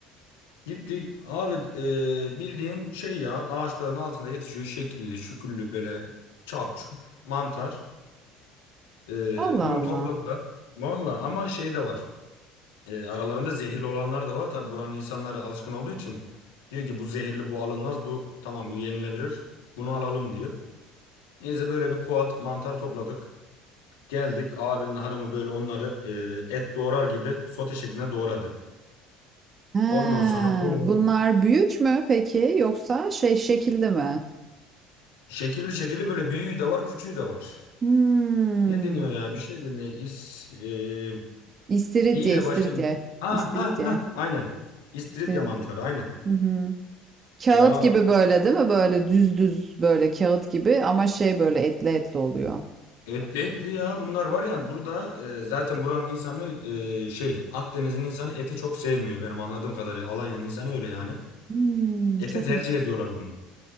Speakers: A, on the left; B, on the right.
A: Gittik abi e, bildiğin şey ya ağaçların altında yetişiyor şekilli şüküllü böyle çap çup mantar. E,
B: Allah
A: bunu
B: Allah.
A: topladılar. Valla ama şey de var E, aralarında zehirli olanlar da var. Tabi buranın insanları alışkın olduğu için diyor ki bu zehirli bu alınmaz bu tamam bu yenilebilir bunu alalım diyor. Neyse böyle bir kuat mantar topladık. Geldik abinin hanımı böyle onları e, et doğrar gibi sote şeklinde doğradı.
B: He,
A: Ondan sonra onu
B: bunlar büyük mü peki yoksa şey şekilde mi?
A: şekilli şekilli böyle büyüğü de var küçüğü de var.
B: Hmm.
A: Ne deniyor ya? Bir şey deniyor. İs, e,
B: İstiridye,
A: i ile
B: istiridye.
A: başlayan. Ha
B: istiridye,
A: ha ha. Aynen. İstiridye
B: istiridye.
A: mantarı. Aynen.
B: Hı hı. Kağıt
A: Ya
B: gibi böyle değil mi? Böyle düz düz böyle kağıt gibi ama şey böyle etli etli oluyor.
A: etli etli ya. Bunlar var ya burada e, zaten buranın insanı e, şey Akdeniz'in insanı eti çok sevmiyor benim anladığım kadarıyla. Alanya'nın insanı öyle yani.
B: Hmm,
A: Ete
B: çok
A: tercih
B: ilginç.
A: ediyorlar bunu.